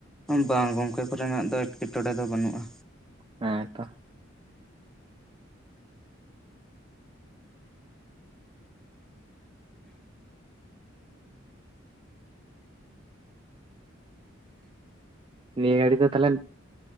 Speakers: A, in the centre; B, on the right.
A: ᱵᱟᱝ ᱜᱚᱝᱠᱮ ᱠᱚᱨᱮᱱᱟᱜ ᱫᱚ ᱮᱴᱠᱮᱴᱚᱬᱮ ᱫᱚ ᱵᱟᱹᱱᱩᱜᱼᱟ᱾
B: ᱦᱮᱸ ᱛᱚ ᱱᱤᱭᱟᱹ ᱜᱷᱟᱹᱲᱤ ᱫᱚ ᱛᱟᱦᱚᱞᱮ